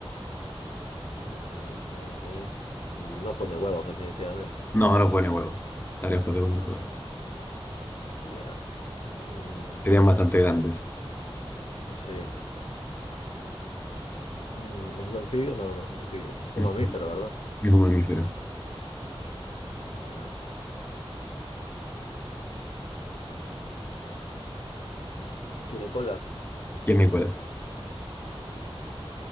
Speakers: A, on the left (about 80°); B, on the left (about 20°).
A: ok, ok, ok. Mm, no pone huevos, definitivamente.
B: No, no pone huevos. Está lejos de unos huevos.
A: Ya. Mm,
B: Serían bastante grandes.
A: sí. Mm, ¿es un anfibio? No, no es un anfibio. Es
B: Mm,
A: un mamífero, ¿verdad?
B: Es un mamífero.
A: Ya. ¿Tiene cola?
B: Y es mi cola.